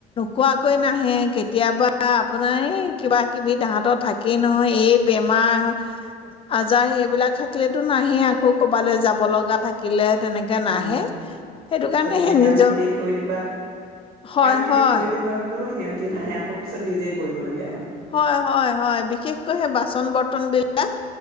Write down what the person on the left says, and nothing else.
কোৱাকৈ নাহে কেতিয়াবা আপোনাৰ এই কিবা কিবি তাহতৰ থাকেই নহয় এই বেমাৰ আজাৰ সেইবিলাক থাকিলেতো নাহে আকৌ ক'বালৈ যাব লগা থাকিলে,, তেনেকে
নাহে। সেইটো কাৰণে
সেই
নিজৰ
হয়,
হয়,
হয় হয়। হয় বিশেষ কৈ সেই বাছন বৰ্তন বিলা